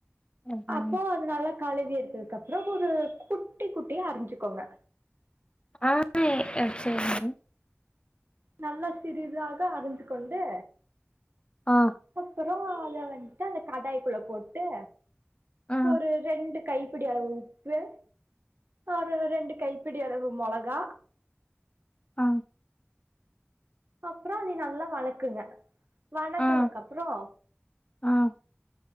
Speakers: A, on the left; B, on the right.
A: அதாங்க.
B: அப்போ அதனால கழுவி எடுத்ததுக்கு அப்பறோ ஒரு குட்டி குட்டியா அருஞ்சுக்கோங்க
A: ஆனே ஆ சரிங் மேடம்
B: நல்லா சிறிதாக அரிஞ்சு கொண்டு
A: ஆ
B: அப்பறோ அத வந்ட்டு அந்த கடாய்க்குள்ள போட்டு
A: ஆ
B: ஒரு ரெண்டு கைப்பிடி அளவு உப்பு ஒரு ரெண்டு கைப்பிடி அளவு மொளகா
A: ஆ
B: அப்றோ அதை நல்லா வலக்குங்க வலத்தனக்கப்றோ
A: ஆ ஆ